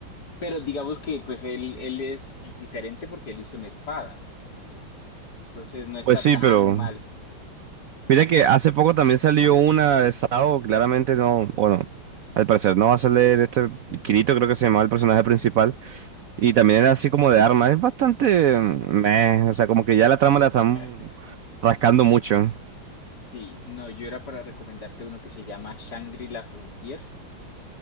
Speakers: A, on the left (about 50°); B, on the right (about 80°).
A: pero digamos que pues él, él es diferente porque él usa una espada, entonces no está
B: Pues sí,
A: tan
B: pero
A: mal.
B: Mira que hace poco también salió una de Sao, claramente no, bueno, al parecer no va a salir este Kirito, creo que se llamaba el personaje principal, y también era así como de armas, es bastante mm, meh, o sea, como que ya la trama la están
A: <laughs>
B: rascando mucho.
A: Sí, no, yo era para recomendarte uno que se llama Shangri-La Frontier.